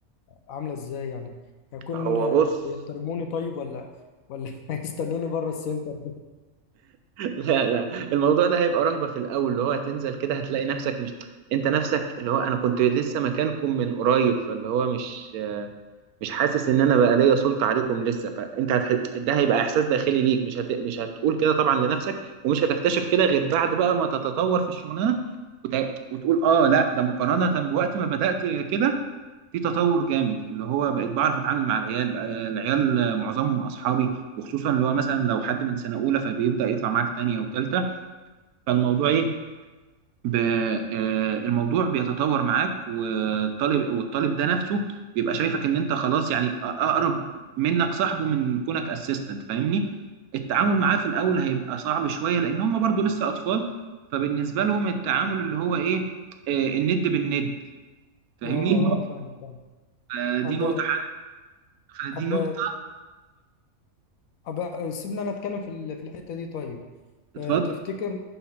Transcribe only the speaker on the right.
هو
بص
لا لا الموضوع ده هيبقى رهبة في الأول اللي هو هتنزل كده هتلاقي نفسك مش أنت نفسك اللي هو أنا كنت لسه مكانكم من قريب فاللي هو مش مش حاسس إن أنا بقى ليا سلطة عليكم لسه فأنت هتح... ده هيبقى إحساس داخلي ليك مش هت... مش هتقول كده طبعا لنفسك ومش هتكتشف كده غير بعد بقى ما تتطور في الشغلانة وت... وتقول آه لا ده مقارنة بوقت ما بدأت كده في تطور جامد اللي هو بقيت بعرف اتعامل مع العيال بقى العيال معظمهم اصحابي وخصوصا اللي هو مثلا لو حد من سنه اولى فبيبدا يطلع معاك تانية وتالتة فالموضوع ايه ب... آه، الموضوع بيتطور معاك والطالب والطالب ده نفسه بيبقى شايفك ان انت خلاص يعني اقرب منك صاحبه من كونك اسيستنت فاهمني التعامل معاه في الاول هيبقى صعب شويه لان هم برضو لسه اطفال فبالنسبه لهم التعامل اللي هو ايه آه، الند بالند فاهمني
آه،
دي نقطه حاجه فدي
نقطه
اتفضل